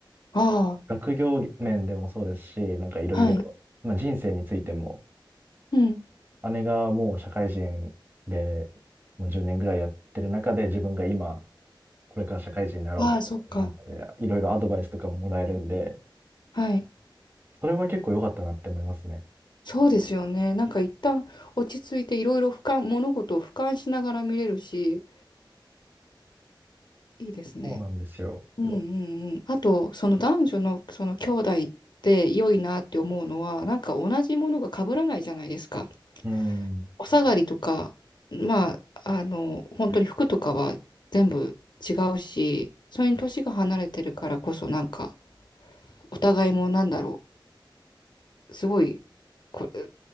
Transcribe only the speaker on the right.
学業面でもそうですし、なんかいろいろ、
まあ、人生についても、
姉がもう社会人でもう10年ぐらいやってる中で、自分が今、これから社会人になろうと、
なんかね、いろいろアドバイスとかももらえるんで、
それは結構良かったなって思いますね。
そうなんですよ。
うん、